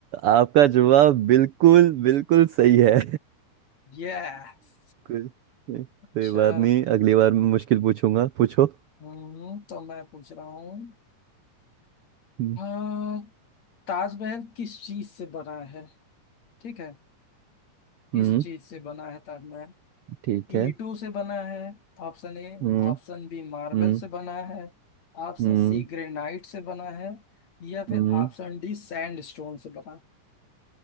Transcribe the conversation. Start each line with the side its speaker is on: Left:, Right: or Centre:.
Right: आपका जवाब बिल्कुल बिल्कुल सही है
Left: यस
Right: कोई कोई
Left: अच्छा
Right: बात नहीं अगली बार मैं मुश्किल पूछूंगा पूछो
Left: हम्म, तो मैं पूछ रहा हूँ
Right: हम्म
Left: हाँ, ताजमहल किस चीज से बना है ठीक है किस
Right: हम्म,
Left: चीज से बना है ताजमहल
Right: ठीक
Left: ईंटों
Right: है
Left: से बना है option A
Right: हम्म
Left: Option B marble
Right: हम्म
Left: से बना है ऑप्शन
Right: हम्म
Left: सी ग्रेनाइट से बना है या फिर
Right: हम्म
Left: ऑप्शन डी सैंडस्टोन से बना है।